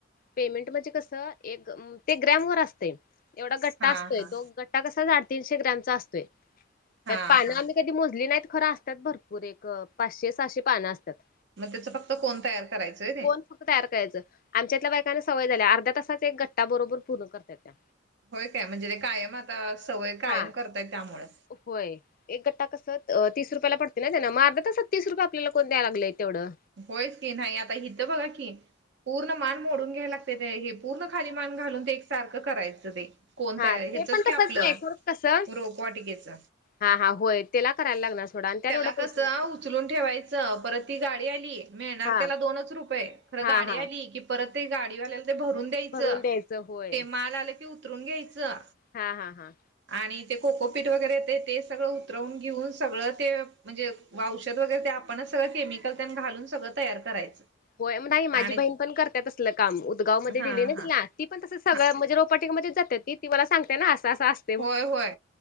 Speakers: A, on the left (about 45°); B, on the right (about 60°).
A: पेमेंट म्हणजे कसं,, एक ते ग्रॅम वर असतय. एवढा गट्टा
B: हा
A: असतोय,,
B: हा
A: तो गट्टा कसा साडेतीनशे ग्रॅमचा असतोय.
B: हा
A: त्यात पानं
B: हा
A: आम्ही कधी मोजली नाहीत,, खरं असतात भरपूर, एक पाचशे सहाशे पानं असत्यात.
B: मग त्याचं फक्त कोण तयार करायचंय ते
A: फक्त तयार करायचं आमच्यातल्या बायकांना सवय झाल्या अर्ध्या तासात एक घट्टा बरोबर पूर्ण करतात त्या
B: होय त्या म्हणजे ते कायम आता सवय कायम
A: हा.
B: करताय त्यामुळे
A: होय एक गट्टा कस तीस रुपयाला पडते ना त्याना मा अर्ध्या तासात तीस रुपये आपल्याला कोण द्याय लागलंय तेवढं
B: होयच की नाही आता हिथं बघा की पूर्ण मान मोडून घ्यायला लागतंय ते हे पूर्ण खाली मान घालून ते एकसारखं करायचं ते कोणतं
A: हा ते
B: ह्याचच
A: पण
B: की
A: तसंच
B: आपलं
A: नाही खरं कसं
B: रोपवाटिकेच
A: हा हा होय त्याला करायला लागणार सोडा आणि त्यात
B: त्याला
A: एवढं पैसे
B: कसं
A: लागतात.
B: उचलून ठेवायचं परत ती गाडी आली मिळणार
A: हा
B: त्याला दोनच रुपये खरं
A: हा
B: गाडी
A: हा.
B: आली की परत ते गाडीवाल्याला ते भरून द्यायचं
A: भरून होय.
B: ते माल आलं की उतरून घ्यायचं
A: हा हा हा
B: आणि ते कोकोपीट वगैरे येतंय ते सगळं उतरवून घेऊन सगळं ते म्हणजे औषध वगैरे ते आपणच सगळं केमिकल तेन घालून सगळं तयार करायचं
A: होय मग नाही माझी
B: आणि
A: बहीण पण करत्या तसलं काम उदगाव मध्ये
B: हा
A: दिलय नाई
B: हा
A: तिला ती प तसं सगळ
B: हा
A: म्हणजे रोपवाटिका मध्ये जाते ती मला सांगते ना असं असं अस
B: होय होय